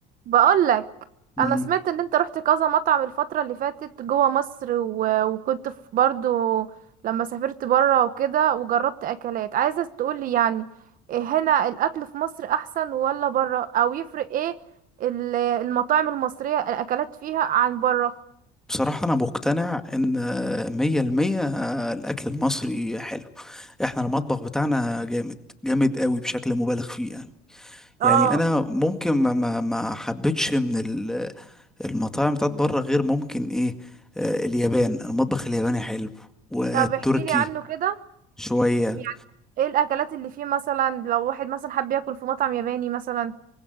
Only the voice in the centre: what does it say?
مم.
بصراحة أنا مقتنع إن مية المية الأكل المصري حلو إحنا المطبخ بتاعنا جامد جامد قوي بشكل مبالغ فيه يعني
يعني أنا ممكن ما ما ما حبيتش من ال- المطاعم بتاعت بره غير ممكن إيه آه، اليابان المطبخ الياباني حلو والتركي
شوية